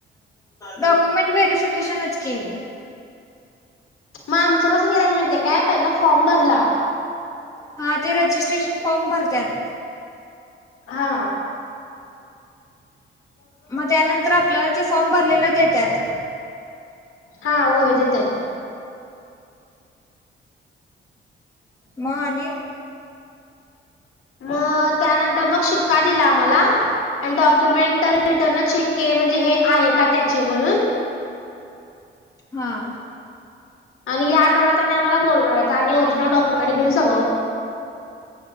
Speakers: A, on the left; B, on the left.
A: डॉक्युमेंट व्हेरिफिकेशनच के आहे
B: मग आमचं कसं गेलात माळतेय काय पहिलं फॉर्म भरला
A: हा ते रजिस्ट्रेशन फॉर्म भरतात
B: हा
A: मग त्यानंतर आपल्याला ते फॉर्म भरलेले देतात
B: हा होय देतात
A: म आणि
B: मग त्यानंतर मग शिक्का दिला आम्हाला डॉक्युमेंट रिटर्न चेक केले म्हणजे हे आहे का त्याचे म्हणून
A: हां
B: आणि ह्या आठवड्यात त्यां आमला बोलणार आहे आम रिजनल डक्युमेंट घेऊन सगळं